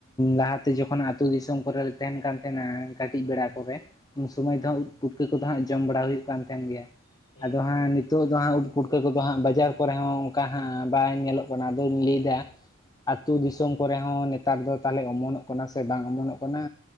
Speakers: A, on the left; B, on the left.
A: ᱞᱟᱦᱟᱛᱮ ᱡᱚᱠᱷᱚᱱ ᱟᱹᱛᱩ ᱫᱤᱥᱚᱢ ᱠᱚᱨᱮᱞᱮ ᱛᱟᱦᱮᱱ ᱠᱟᱱ ᱛᱟᱦᱮᱱᱟ ᱠᱟᱹᱴᱤᱡ
B: ᱦᱮᱸ
A: ᱵᱮᱲᱟ
B: ᱦᱮᱸ ᱦᱮᱸ
A: ᱠᱚᱨᱮ ᱩᱱ ᱥᱚᱢᱚᱭ
B: ᱦᱮᱸ
A: ᱫᱚ ᱦᱟᱸᱜ ᱩᱫ ᱯᱩᱴᱠᱟᱹ ᱠᱚᱫᱚ ᱦᱟᱸᱜ ᱡᱚᱢ ᱵᱟᱲᱟ ᱦᱩᱭᱩᱜ ᱠᱟᱱ ᱛᱟᱦᱮᱱ ᱜᱮᱭᱟ ᱾
B: ᱦᱮᱸ
A: ᱟᱫᱚ
B: ᱦᱮᱸ
A: ᱦᱟᱸᱜ ᱱᱤᱛᱚᱜ ᱫᱚ ᱦᱟᱸᱜ ᱩᱫ ᱯᱩᱴᱠᱟᱹ ᱠᱚᱫᱚ ᱦᱟᱸᱜ ᱵᱟᱡᱟᱨ ᱠᱚᱨᱮ ᱦᱚᱸᱼᱼ ᱚᱠᱟ ᱦᱟᱸᱜ ᱵᱟᱝ ᱧᱮᱞᱚᱜ ᱠᱟᱱᱟ ᱟᱫᱚᱧ ᱞᱟᱹᱭ ᱫᱟ ᱟᱛᱩ ᱫᱤᱥᱚᱢ ᱠᱚᱨᱮ ᱦᱚᱸ ᱱᱮᱛᱟᱨ ᱫᱚ ᱛᱟᱦᱚᱞᱮ ᱚᱢᱚᱱᱚᱜ ᱠᱟᱱᱟ ᱥᱮ ᱵᱟᱝ ᱚᱢᱚᱱᱚᱜ ᱠᱟᱱᱟ